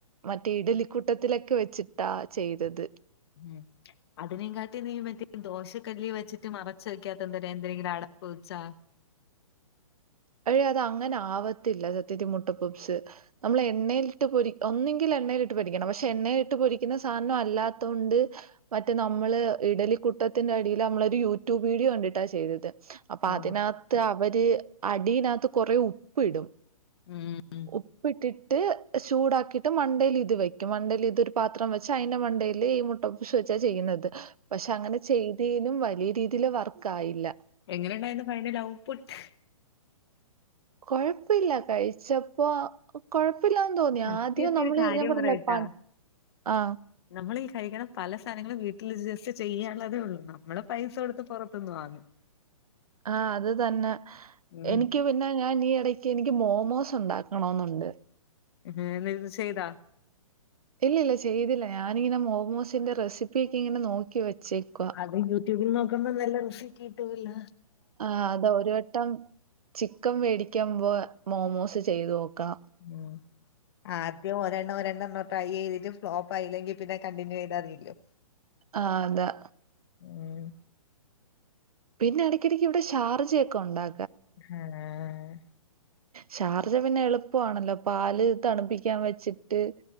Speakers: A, on the right; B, on the left.
A: മറ്റേ ഇഡലിക്കുട്ടത്തിലൊക്കെ വെച്ചിട്ടാ ചെയ്തത്.
B: ഉം അതിനേ കാട്ടി നീ മറ്റേ ദോശക്കല്ലി വച്ചിട്ട് മറച്ച് വെക്കാത്ത എന്തര് എന്തരെങ്കിലും അടപ്പ് വെച്ചാ
A: അഴേ അത് അങ്ങനെ ആവത്തില്ല സത്യത്തി മുട്ടപപ്പ്സ്. നമ്മൾ എണ്ണയിൽ ഇട്ട് പൊരിക്കണം ഒന്നെങ്കിൽ എണ്ണയിലിട്ട് പൊരിക്കണം ഒനകി എണ്ണയിലിട്ട് പൊരിക്കുന്ന സാധനം അല്ലാത്തൊണ്ട്. മറ്റേ നമ്മള് ഇഡലിക്കുട്ടത്തിന്റെ അടിയില് നമ്മളൊരു യൂട്യൂബ് വീഡിയോ കണ്ടിട്ടാ ചെയ്തത്. അപ്പൊ
B: ആഹ്
A: അതിനാത്ത് അവര് അടിനാത്ത് കൊറേ ഉപ്പ് ഇടും
B: ഉം
A: ഉപ്പിട്ടിട്ട് ചൂടാക്കിയിട്ട് മണ്ടേൽ ഇത് വെക്കും മണ്ടയിൽ ഇതൊരു പാത്രം വെച്ച് അയിന്റെ മണ്ടേല് ഈ മു ട്ടഫ്ശ് വെച്ചാ ചെയ്യുന്നത് പക്ഷെ അങ്ങനെ ചെയ്തേനും വലിയ രീതിയില് വർക്കായില്ല
B: എങ്ങനെ ഉണ്ടായിരുന്നു ഫൈനൽ ഔ പുട്ട്
A: കൊഴപ്പില്ല കഴിച്ചപ്പോ കൊഴപ്പില്ലാന്ന് തോന്നി
B: സത്യത്തി
A: ആദ്യം നമ്മള്
B: ഒരു കാര്യം
A: ഞാൻ പറഞ്ഞില്ലേ
B: പറയട്ടാ
A: പ ആ
B: നമ്മളീ കഴിക്കണ പല സാധനങ്ങളും വീട്ടില് ഈ ജസ്റ്റ് ചെയ്യാ ഉള്ളതേ ഉള്ളു നമ്മള് പൈസ കൊടുത്ത് പൊറത്തുന്ന് വാങ്ങും
A: ആ അത് തന്നെ
B: ഉം
A: എനിക്ക് പിന്നെ ഞാൻ ഈ എട ക്കെ എനിക്ക് മോമോസ് ഉണ്ടാക്കണോന്നുണ്ട്
B: <unintelligible> ഇത് ചെയ്താ
A: ഇല്ലില്ല ചെയ്തില്ല ഞാനിങ്ങനെ മോമോസിന്റെ റെസിപ്പിയെക്കെ ഇങ്ങനെ നോക്കി വെച്ചേക്കുവാ
B: അത് യൂട്യൂബിൽ നോക്കുമ്പോ നല്ല റെസിറ്റി കിട്ടൂല്ല
A: ആ അത് ഒരു വട്ടം ചിക്കൻ വേടിക്കമ്പോ മോമോസ് ചെയ്ത് നോക്കാം
B: ഉം ആദ്യം ഒരെണം ഒരെണ്ണം ഒന്ന് ട്രൈ ചെയ്തിട്ട് ഫ്ലോപ്പായില്ലെങ്കി പിന്നെ കണ്ടിന്യൂ ചെയ്താതിയില്ലോ.
A: ആഹ് അതാ
B: ഉം
A: പിന്നെ എടക്കിടക്ക് ഇവിടെ ഷാർജൊക്കെ ഒണ്ടാ
B: ആഹ്
A: ഷാർജ പിന്നെ എളുപ്പവാണല്ലോ പാല് തണുപ്പിക്കാൻ വെച്ച് ട്ട്